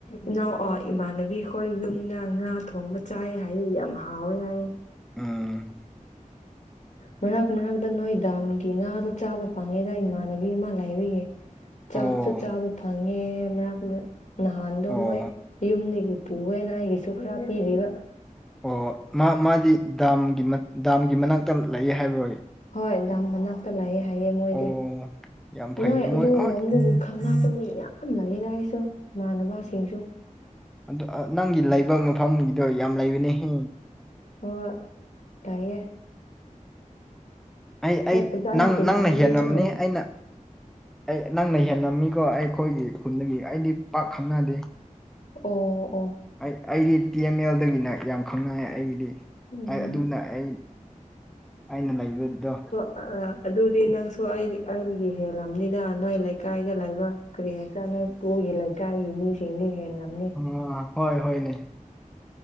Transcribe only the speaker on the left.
ꯏꯅꯥꯎ ꯑꯣ ꯏꯃꯥꯟꯅꯕꯤꯈꯣꯏ ꯌꯨꯝꯗ ꯉꯥ ꯊꯣꯡꯕ ꯆꯥꯏ ꯍꯥꯏꯌꯦ ꯌꯥꯝ ꯍꯥꯎꯋꯦ ꯍꯥꯏꯌꯦ
ꯃꯔꯛ ꯃꯔꯛꯇ ꯅꯣꯏ ꯗꯥꯝꯒꯤ ꯉꯥꯗꯣ ꯆꯥꯕ ꯐꯪꯉꯦꯗ ꯏꯃꯥꯟꯅꯕꯤ ꯑꯃ ꯂꯩꯕꯒꯤ ꯆꯥꯛꯁꯨ
ꯆꯥꯕ ꯐꯪꯉꯦ ꯃꯔꯛ ꯃꯔꯛ ꯅꯍꯥꯟꯗꯣ
ꯃꯣꯏ ꯌꯨꯝꯗꯒꯤ ꯄꯨꯑꯦꯅ ꯑꯩꯒꯤꯁꯨ ꯈꯔ ꯄꯤꯔꯤꯕ
ꯍꯣꯏ ꯗꯥꯝ ꯃꯅꯥꯛꯇ ꯂꯩꯌꯦ ꯍꯥꯏꯌꯦ ꯃꯣꯏꯗꯤ
ꯅꯣꯏ ꯑꯗꯨꯔꯣꯝꯗꯨꯗꯤ
ꯈꯪꯅꯥꯄ ꯃꯤ ꯌꯥꯝ ꯂꯩꯌꯦꯗ ꯑꯩꯁꯨ ꯏꯃꯥꯟꯅꯕꯁꯤꯡꯁꯨ
ꯑꯣ ꯇꯥꯏꯌꯦ
ꯍꯣꯏ
ꯐꯖꯅ
ꯇꯤꯟꯅꯕ
ꯃꯤꯁꯨ ꯂꯩ
ꯑꯣ ꯑꯣ
ꯎꯝ
ꯑ ꯑꯥ ꯑꯗꯨꯗꯤ ꯅꯪꯁꯨ ꯑꯩ ꯑꯩꯒꯤ ꯍꯦꯜꯂꯝꯅꯤꯗ ꯅꯣꯏ ꯂꯩꯀꯥꯏꯗ ꯂꯩꯕ ꯀꯔꯤ ꯍꯥꯏꯇꯔ ꯅꯣꯏ ꯁ꯭ꯀꯨꯜꯒꯤ ꯂꯩꯀꯥꯏꯒꯤ ꯃꯤꯁꯤꯡꯗꯤ ꯍꯦꯜꯂꯝꯅꯤ